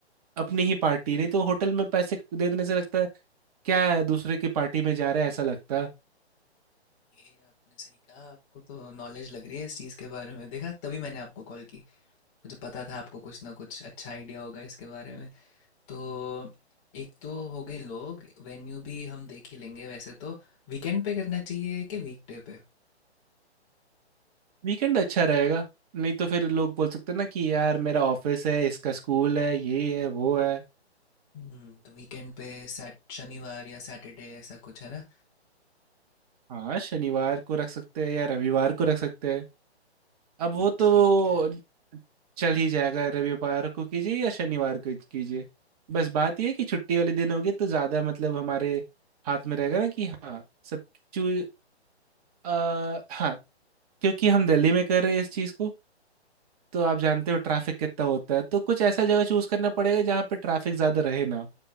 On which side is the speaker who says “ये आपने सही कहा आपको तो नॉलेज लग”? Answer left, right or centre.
Left